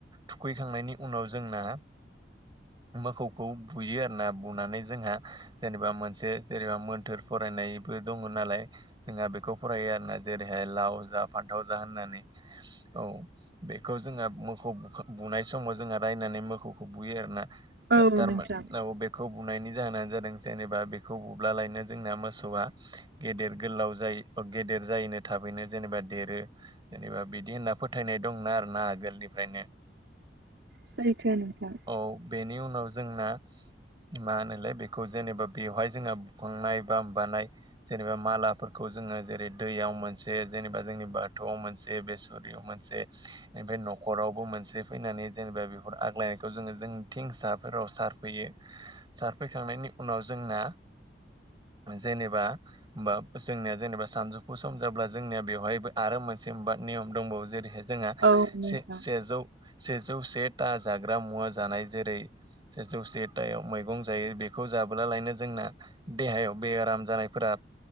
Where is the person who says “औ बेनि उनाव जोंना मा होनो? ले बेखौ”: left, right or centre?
Right